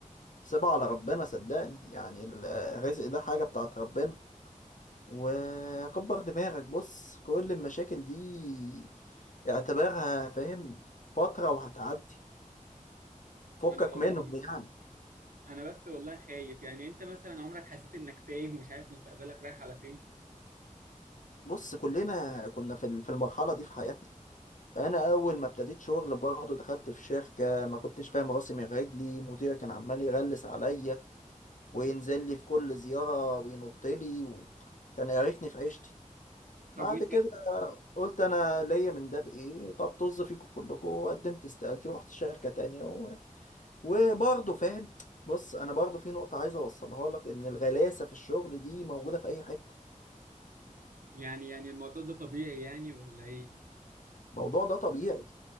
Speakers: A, on the left; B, on the right.
A: سيبها على ربنا صدقني يعني ال- الرزق ده حاجة بتاعت ربنا وكبر دماغك بص كل المشاكل دي اعتبرها فاهم فترة وهتعدي فكك
B: ما انا والله
A: منهم يعني
B: انا بس والله خايف يعني انت مثلا عمرك حسيت انك تايه ومش عارف مستقبلك رايح على فين
A: بص كلنا كنا في ال- في المرحلة دي في حياتنا أنا أول ما ابتديت شغل برضه دخلت في شركة ما كنتش فاهم راسي من رجلي مديري كان عمال يغلس عليا وينزل لي في كل زيارة وينط لي و... كان يعرفني في عيشتي
B: طب
A: بعد
B: وانت
A: كده قلت انا ليا من ده بايه طب طز فيكم كلكم وقدمت استقالتي ورحت شركه تانية و... وبرضه فاهم بص انا برضه في نقطه عايز اوصلها لك ان الغلاسه في الشغل دي موجوده في اي حته
B: يعني يعني الموضوع ده طبيعي يعني ولا ايه
A: الموضوع ده طبيعي